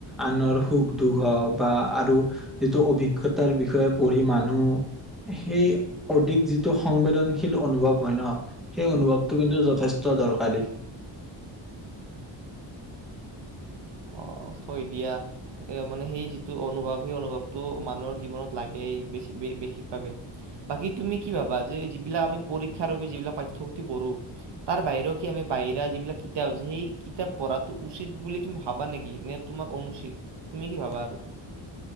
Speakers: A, in the centre; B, on the right.
A: আনৰ সুখ দুখ হওক বা আৰু যিটো অভিজ্ঞতাৰ বিষয়ে পঢ়ি মানুহ সেই অধিক যিটো সংবেদনশীল অনুভৱ হয় ন সেই অনুভৱটো কিন্তু যথেষ্ট ত দৰকাৰী
B: অ হয় দিয়া মানে সেই যিটো অনুভৱ সেই অনুভৱটো মানুহৰ জীৱনত লাগে বেছি বিশেষভাৱে বাকী তুমি কি ভাবা যে যিবিলাক আমি পৰীক্ষাৰ বাবে যিবিলাক পাঠ্য পুথি পঢ়ো তাৰ বাহিও কি আমি বাহিৰা যিবিলাক কিতাপ আছে সেই কিতাপ পঢ়াটো উচিত বুলি তুমি ভাবা নেকি নে তোমাৰ অনুচিত তুমি কি ভাবা আৰু